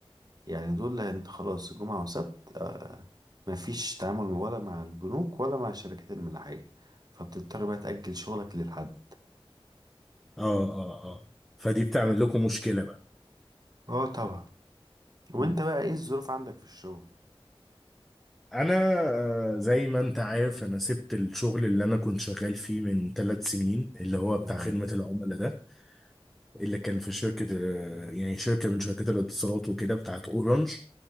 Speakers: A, on the right (about 45°); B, in the centre.
A: يعني دول انت خلاص جمعة وسبت آه مفيش تعامل ولا مع البنوك ولا مع الشركات الملاحية فبتضطر بقى تأجل شغلك للحد
B: اه اه اه فدي بتعمل لكم مشكلة بقى
A: اه طبعا وانت
B: مم.
A: بقى ايه الظروف عندك في الشغل
B: انا آه، زي ما انت عارف انا سبت الشغل اللي انا كنت شغال فيه من ثلاث سنين اللي هو بتاع
A: اه
B: خدمة العملاء ده اللي كان في شركة آه، يعني شركة من شركات الاتصالات وكده بتاعت اورنج